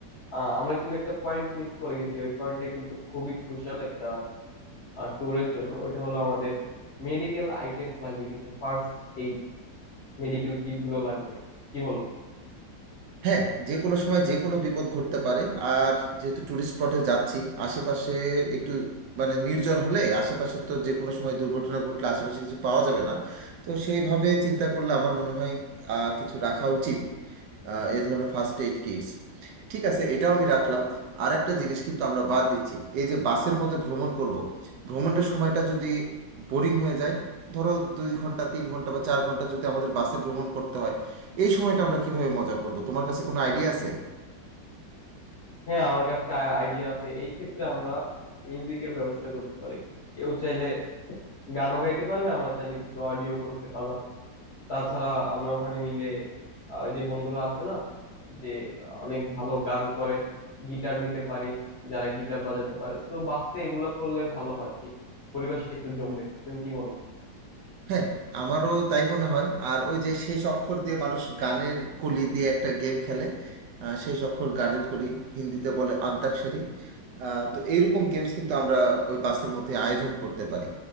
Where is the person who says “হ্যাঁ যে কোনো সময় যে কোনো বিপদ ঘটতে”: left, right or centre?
Right